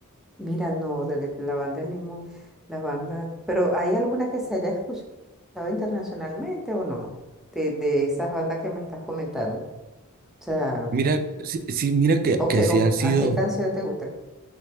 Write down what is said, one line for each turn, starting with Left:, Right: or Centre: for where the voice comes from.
Centre: Mira, no, de la banda del Limón, la banda, pero ¿hay alguna que se haya escuchado internacionalmente o no? De, de esas bandas que me estás comentando. O sea,
Right: Mira, sí, sí, mira que,
Centre: ¿o
Right: que
Centre: qué-
Right: así
Centre: o-
Right: han sido
Centre: ¿a qué canción te gusta?